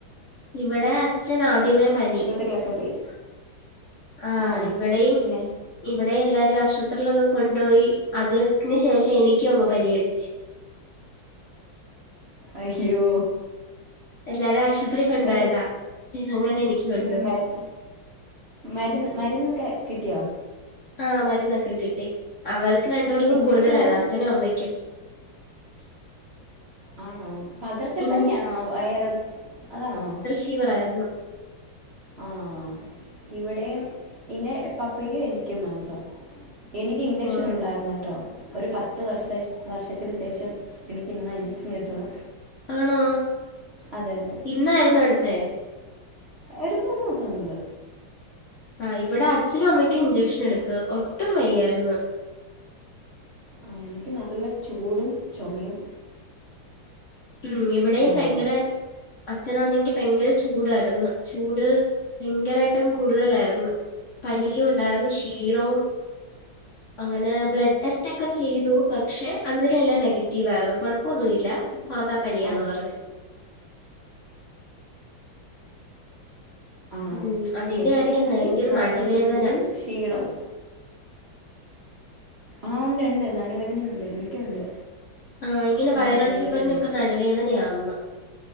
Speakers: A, on the left; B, on the right.
A: ഇവടെ അച്ഛന് ആദ്യമേ പനി
B: ത്തിലെക്കെ പോയി
A: ആഹ്
B: ആ
A: ഇവടെയും
B: പിന്നെ
A: ഇവിടെം എല്ലാരും ആശുപത്രിയിലൊക്കെ കൊണ്ടോയി അതിന് ശേഷം എനിക്കുവങ്ങ് പനിയടിച്ചു
B: അയ്യോ!
A: എല്ലാരേം ആശുപത്രിയി കൊണ്ടോയതാ
B: ഏ,
A: അങ്ങനെ എനിക്ക് കൊണ്ടുവന്നു
B: ഉം മരു മരുന്ന് മരുന്നൊക്കെ കിട്ടിയോ?
A: ആഹ് മരുന്നൊക്കെ കിട്ടി അവർക്ക് രണ്ടുപേർക്കും
B: ഇഞ്ചക്ഷനാ
A: കൂടുതലായിര്ന്നു അച്ഛനും അമ്മയ്ക്കും
B: ആണോ? പകർച്ച
A: ഉം
B: പ്പനിയാണോ വൈറൽ അതാണോ?
A: ഫീവറായിരുന്നു
B: ആഹ് ഇവിടെയും പിന്നെ പപ്പയ്ക്കും എനിക്കും മാത്രം എനിക്ക് ഇഞ്ചക്ഷനുണ്ടായിരുന്ന്ട്ടോ?
A: ആഹ്
B: ഒരു പത്ത് വർഷ വർഷത്തിന് സേഷം എനിക്ക് ഇന്നാ ഇഞ്ചെക്ഷൻ കിട്ടുന്നേ
A: ആണോ?
B: അതെ അതെ
A: ഇന്നായിരുന്നോ എടുത്തെ?
B: ഒര് മൂന്ന് ദിവസം മുമ്പ്
A: ആഹ് ഇവടെ അച്ഛനും അമ്മയ്ക്കും ഇഞ്ചക്ഷനെടുത്ത് ഒട്ടും വയ്യായിരുന്നു
B: ആഹ് എനിക്ക് നല്ല ചൂടും ചൊമയും
A: ഉം ഇവിടെയും
B: ഉണ്ടായിരുന്നു
A: ഭയങ്കര അച്ഛനാന്നെങ്കി ഭയങ്കര ചൂടായിരുന്നു ചൂട് ഭയങ്കരായിട്ടങ്ങ് കൂടുതലായിരുന്നു പനിയും ഒണ്ടായിരുന്നു ക്ഷീണവും അങ്ങനെ ബ്ലഡ് ടെസ്റ്റ് ഒക്കെ ചെയ്തു പക്ഷെ അന്നേരവെല്ലാം നെഗറ്റീവായിരുന്നു കൊഴപ്പൊന്നുവില്ല സാധാ പനിയാന്ന്
B: ആ
A: പറഞ്ഞു
B: ആണോ?
A: ഉം അതിന്റെ
B: എനിക്കാണെങ്കി
A: ആയിരിക്കും ഭയങ്കര
B: നല്ല
A: നടുവേദന.
B: ചൂടും ക്ഷീണവും ആഹ് ഉണ്ട് ഉണ്ട് നടുവേദനയുണ്ട് എനിക്കുണ്ട്
A: ആഹ് ഇങ്ങനെ
B: നല്ല
A: വൈറൽ
B: നടുവേദനയുണ്ട്
A: ഫീവറിനിപ്പം നടുവേദനയാന്ന്